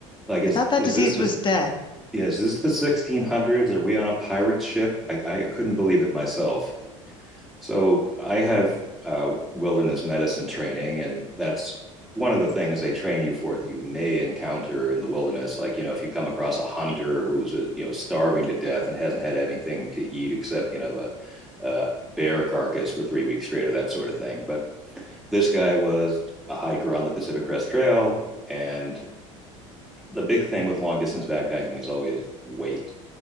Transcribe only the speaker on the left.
I thought that
disease
was dead.